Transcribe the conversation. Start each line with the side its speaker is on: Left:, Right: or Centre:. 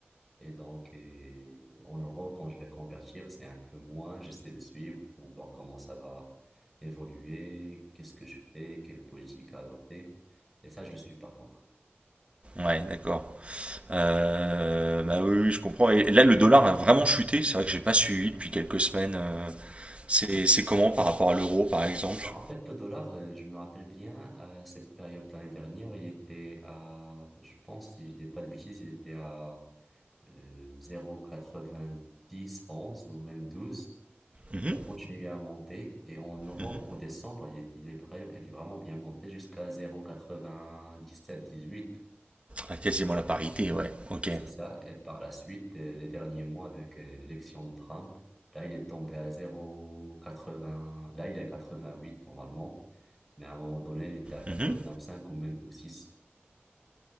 Centre: Et donc, et en euros, quand je vais convertir, c'est un peu moins. J'essaie de suivre pour voir comment ça va évoluer, qu'est-ce que je fais, quelle politique à adopter. Et ça, je le suis par contre.
Right: ouais, d'accord. Euh, bah oui, oui, je comprends. Et là, le dollar a vraiment chuté. C'est vrai que j'ai pas suivi depuis quelques semaines. euh, c'est
Centre: Voilà.
Right: c'est comment par rapport à l'euro, par exemple?
Centre: Alors, en fait, le dollar, euh, je me rappelle bien, à cette période l'année dernière, il était à, je pense, si je dis pas de bêtises, il était à euh, dix onze ou même douze Il
Right: Mhm,
Centre: a continué à monter et en novembre
Right: mhm.
Centre: ou décembre, il est, il est, vrai- il est vraiment bien monté jusqu'à 0,97-18.
Right: Ah, quasiment la parité, ouais. Ok.
Centre: Et C'est ça. Et par la suite, euh, les derniers mois avec euh, l'élection de Trump, là, il est tombé à 0,80. Là, il est à huit normalement. Mais à un moment donné, il était à quatre-vingt-cinq
Right: Mhm.
Centre: ou même au six